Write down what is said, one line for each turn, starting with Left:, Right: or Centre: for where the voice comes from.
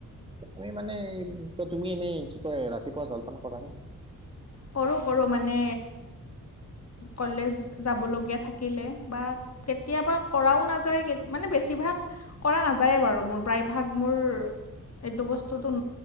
Right: তুমি মানে এই তুমি এনেই কি কয় ৰাতিপুৱা জলপান কৰা নে?
Left: কৰোঁ কৰোঁ মানে কলেজ যাবলগীয়া থাকিলে বা কেতিয়াবা কৰাও নাযায় মানে বেছিভাগ কৰা নাযায়ে বাৰু মোৰ প্ৰায়ভাগ মোৰ এইটো ব স্তুতো